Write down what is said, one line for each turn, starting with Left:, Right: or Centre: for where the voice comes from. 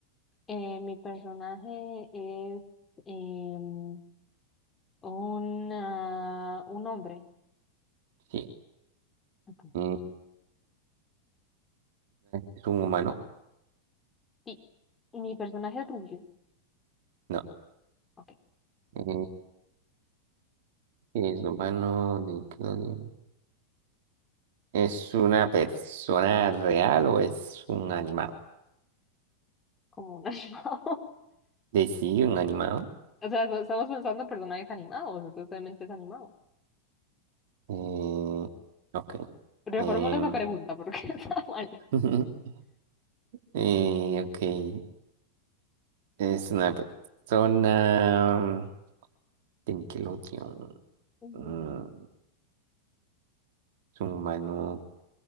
Left: Eh, mi personaje es em, una- un hombre.
Right: Sí.
Left: Ok.
Right: Eh, ¿es un humano?
Left: Sí, mi personaje es rubio.
Right: No.
Left: Ok,
Right: Eh, ¿es humano? Nickelodeon. ¿Es una persona real o es un animado?
Left: como un <laughs> animado.
Right: De sí, un animado.
Left: O sea, so- estamos pensando en personajes animados, entonces obviamente es animado.
Right: Eh, ok.
Left: Reformula
Right: em,
Left: esa pregunta porque <laughs> está mal.
Right: <laughs> eh, ok. Es una persona. Nickelodeon.
Left: Ujú.
Right: Mm, Es un humano.